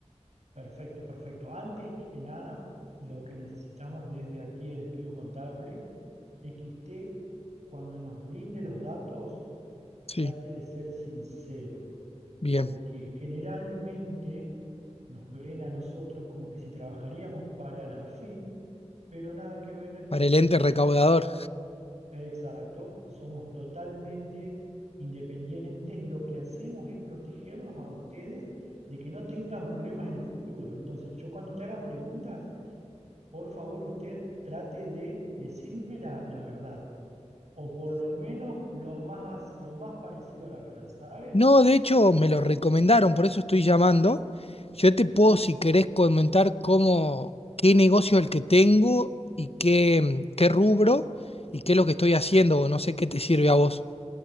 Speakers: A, on the right; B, on the left.
A: perfecto, perfecto. Antes que nada, lo que necesitamos desde aquí el estudio contable es que usted, cuando nos brinde los datos,
B: Sí,
A: trate de ser sincero,
B: bien,
A: porque generalmente nos ven a nosotros como que si trabajaríamos para la FIP, pero nada que ver,
B: para
A: nosotros
B: el ente recaudador.
A: somos Exacto, somos totalmente independientes y lo que hacemos es protegerlos a ustedes de que no tengan problemas en el futuro. Entonces, yo cuando te haga preguntas, por favor usted trate de decirme la, la verdad, o por lo menos lo más, lo más parecido a la verdad, ¿sabe?
B: No, de hecho me lo recomendaron, por eso estoy llamando. Yo te puedo, si querés, comentar cómo, qué negocio es el que tengo y qué, mm, qué rubro y qué es lo que estoy haciendo, o no sé qué te sirve a vos.